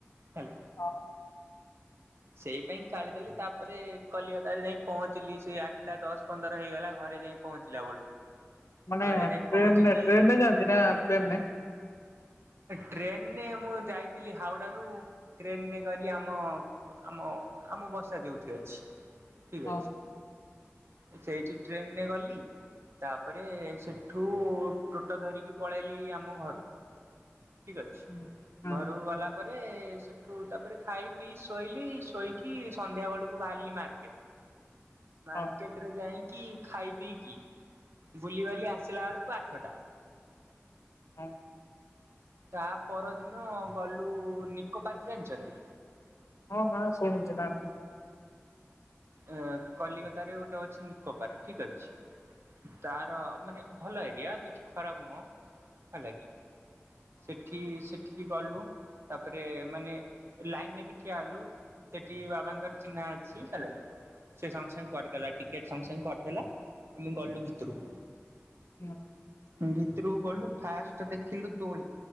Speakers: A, on the right (about 60°); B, on the left (about 85°).
A: ହେଲା।
B: ହଁ।
A: ସେଇ ପାଇଁ ଗାଳିଦେଲେ ତାପରେ କଲିକତାରେ ଯାଇ ପହଞ୍ଚିଲି ସେ ଆଠଟା ଦଶ ପନ୍ଦର ହେଇଗଲା ଘରେ ଯାଇ ପହଞ୍ଚିଲା ବେଳକୁ।
B: ମାନେ
A: ଘରେ ଯାଇ
B: ଟ୍ରେନ
A: ପହଞ୍ଚିକି
B: ଟ୍ରେନରେ ଯାଆନ୍ତି ନା ପ୍ଲେନରେ।
A: ଟ୍ରେନରେ ମୁଁ ଯାଇଥିଲି ହାଉଡାରୁ ଟ୍ରେନରେ ଗଲି ଆମ ଆମ ଆମ ବସା ଯୋଉଠି ଅଛି। ଠିକ୍
B: ହଁ
A: ଅଛି ସେଇଠି ଟ୍ରେନରେ ଗଲି। ତାପରେ ସେଠୁ ଟୋଟ ଧରିକି ପଳେଇଲି ଆମ ଘରକୁ ଠିକ୍ ଅଛି
B: ହୁଁ ହୁଁ
A: ଘରକୁ ଗଲା ତା ପରେ ସେଠୁ ତାପରେ ଖାଇ ପିଇ ଶୋଇଲି ଶୋଇକି ସନ୍ଧ୍ୟା ବେଳକୁ ବାହାରିଲି ମାର୍କେଟ।
B: <inaudible>
A: ମାର୍କେଟ
B: ହଁ
A: ରେ ଯାଇକି ଖାଇ ପିଇକି ବୁଲିବାଲି ଆସିଲା ବେଳକୁ ଆଠଟା।
B: ହଁ।
A: ତା ପରଦିନ ଗଲୁ ନିକୋ ପାର୍କ ଜାଣିଛନ୍ତି?
B: ହଁ ନା ଶୁଣିଛି ନା।
A: ଅ କଲିକତା ରେ ଗୋଟେ ଅଛି ନିକୋପାର୍କ ଠିକ୍ ଅଛି। ତାର ମାନେ ଭଲ ଏରିଆ କିଛି ଖରାପ ନୁହଁ ହେଲା କିି। ସେଠି ସେଠିକି ଗଲୁ ତାପରେ ମାନେ ଲାଇନ୍ ରେ ବି ଠିଆ ହେଲୁ। ସେଠି ବାବାଙ୍କର ଚିହ୍ନା ଅଛି ହେଲାକି। ସେ ସଙ୍ଗେ ସଙ୍ଗେ କରିଦେଲା ଟିକେଟ ସାଙ୍ଗେ ସାଙ୍ଗେ କରିଦେଲା ଆମେ ଗଲୁ ଭିତରକୁ।
B: ହଁ।
A: ଭିତରୁକୁ ଗଲୁ ଫାଷ୍ଟ ଦେଖିଲୁ ଦୋଳି।